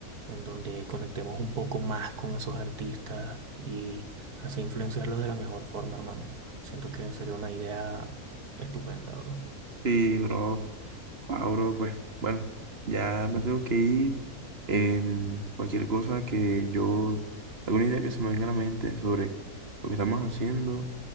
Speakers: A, on the right; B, on the right.
A: en donde conectemos un poco más con esos artistas y así influenciarlos de la mejor forma, hermano. Siento que sería una idea estupenda, bro.
B: Sí, bro. Ah, bro, pues bueno, ya me tengo que ir. Em, cualquier cosa que yo, alguna idea que se me venga a la mente sobre lo que estamos haciendo,